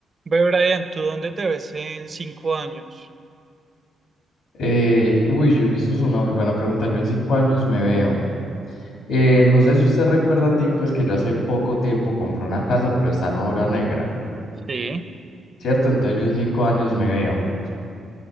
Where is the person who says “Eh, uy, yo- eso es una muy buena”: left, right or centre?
Left